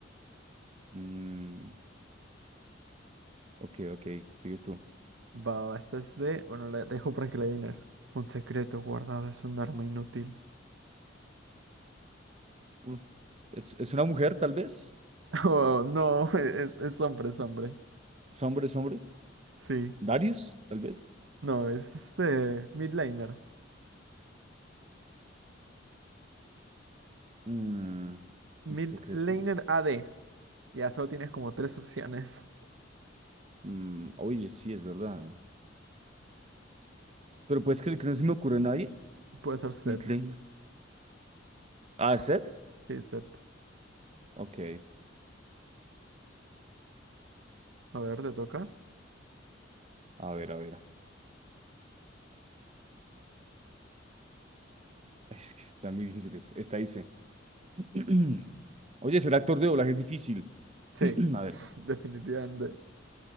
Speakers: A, on the right; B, on the right.
A: Mm, ok, ok, sigues tú.
B: Va, va, esta es de. Bueno, la dejo para que la adivines. Un secreto guardado es un arma inútil. <laughs>
A: Pues, es, es una mujer, tal vez.
B: Oh, no, es, es hombre, es hombre.
A: Es hombre, es hombre.
B: Sí.
A: Darius, tal vez.
B: No, es este. Midlaner.
A: Mm,
B: Midlaner
A: un secreto.
B: A D Ya solo tienes como tres opciones.
A: Mm, oye, sí, es verdad. Pero puedes creer que no se me ocurre a nadie.
B: Puede ser Set.
A: Midlane. Ah, Seth.
B: Sí, Set.
A: Ok.
B: A ver, ¿te toca?
A: A ver, a ver. <laughs> Ay, Es que están muy difíciles. Esta dice. <clears throat> Oye, ser actor de doblaje es difícil.
B: Sí,
A: <clears throat> A ver.
B: <laughs> definitivamente.